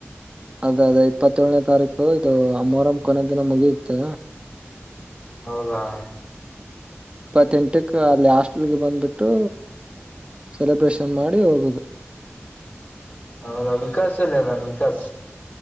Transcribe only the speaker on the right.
ಅದೇ ಅದೇ ಇಪ್ಪತ್ತಏಳನೇ ತಾರೀಕು ಇದು ಅ ಮೂರಂ ಕೊನೆ ದಿನ ಮುಗಿಯುತ್ತೆ
ಇಪ್ಪತ್ತೆಂಟಕ ಅಲ್ಲಿ ಹಾಸ್ಟೆಲ್ಗೆ ಬಂದ್ಬಿಟ್ಟು ಸೆಲೆಬ್ರೇಷನ್ ಮಾಡಿ ಹೋಗುದು